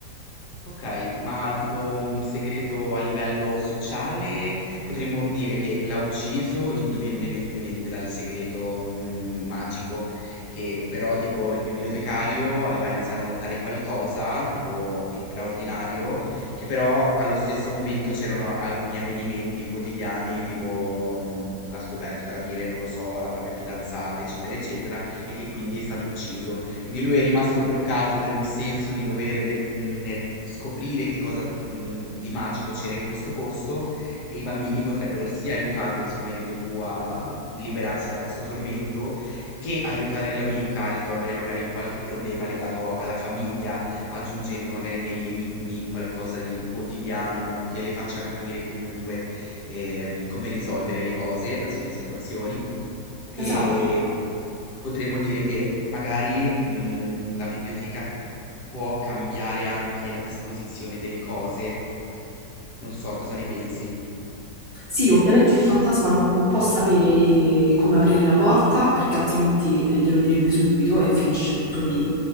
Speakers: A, on the left (about 70°); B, on the right (about 45°).
A: Okay, ma tipo un segreto a livello sociale, potremmo dire che l'ha ucciso indipendentemente dal segreto, mhmm, magico, che però tipo il bibliotecario aveva iniziato a notare qualcosa, tipo di straordinario, che però allo stesso momento c'erano alcuni avvenimenti quotidiani, tipo, mhmm, l'ha scoperto tradire, non lo so, la propria fidanzata, eccetera, eccetera, e che quindi è stato ucciso. Quindi lui è rimasto bloccato per un senso di dovere del mhmm, nel scoprire che cosa, mhmm, di magico c'era in questo posto e i bambini potrebbero sia aiutarlo, siccome hai detto tu, a liberarsi da questo tormento, che aiutare l'amica a risolvere magari qualche problema legato alla famiglia, aggiungendo magari negli enigmi qualcosa di quotidiano che le faccia capire comunque, ehm, come risolvere le cose, la si le situazioni.
B: Esatto.
A: Ehm Potremmo dire che magari, mhmm, la biblioteca può cambiare anche la disposizione delle cose. Non so, cosa ne pensi?
B: Sì, ovviamente il fantasma non, non può sapere eh, come aprire la porta perché altrimenti eh, glielo direbbe subito e finisce tutto lì.